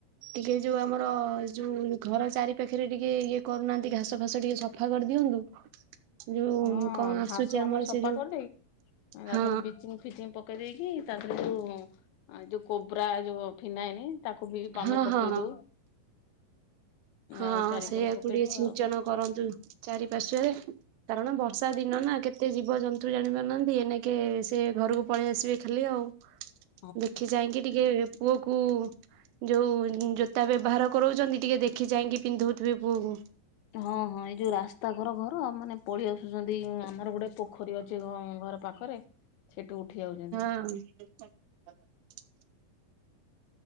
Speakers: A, on the right (about 80°); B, on the left (about 85°).
A: ଟିକେ ଯୋଉ ଆମର ଯୋଉ ଘର ଚାରି ପାାଖରେ ଟିକେ ଇଏ କରୁନାହାନ୍ତି ଘାସ ଫାସ ଟିକେ ସଫା କରିଦିଅନ୍ତୁ। ଯୋଉ
B: ହଁ
A: କଣ
B: ଘାସ
A: ଆସୁଛି
B: ଆମେ
A: ଆମର
B: ସଫା
A: ସେ ଯୋଉ
B: କରିଦେଇ ତାଦିହ
A: ହଁ
B: <unintelligible> ଫିଙ୍ଗ ପକେଇ ଦେଇେଇକି ତାପରେ ଯୋଉ ଯୋଉ କୋବରା ଯୋଉ ଫିନାଇନ ତାକୁ ବି ତମେ
A: ହଁ
B: ପକେଇ
A: ହଁ
B: ଦଉ।
A: ହଁ
B: ଆଉ ଚାରିକର
A: ସେଇଆକୁ
B: ପକେଇଦଉ
A: ଟିକେ ସିଞ୍ଚନ
B: ଆଉ
A: କରନ୍ତୁ ଚାରିପାଶ୍ୱରେ। କାରଣ ବର୍ଷା ଦିନ ନା କେତେ ଜୀବଜନ୍ତୁ ଜାଣି ପାରୁନାହାନ୍ତି ଏନକେ ସେ ଘରକୁ ପଳେଇ ଆସିବେ ଖାଲି ଆଉ।
B: <inaudible>
A: ଦେଖି ଚାଇଁକି ଟିକେ ପୁଅ କୁ ଯୋଉ ଜୋତା ବ୍ୟବହାର କରାଉଛନ୍ତି ଟିକେ ଦେଖ ଯାଇକି ପିନ୍ଧଉଥିବ ପୁଅକୁ।
B: ହଁ ହଁ ଏଇ ଯୋଉ ରାସ୍ତା ଘର ଘର ମାନେ ପଳେଇ ଆସୁଛନ୍ତି ଆମର ଗୋଟେ ପୋଖରୀ ଅଛି ଘର ପାଖରେ ସେଠୁ ଉଠି ଆଉଛନ୍ତି।
A: ହଁ। <unintelligible>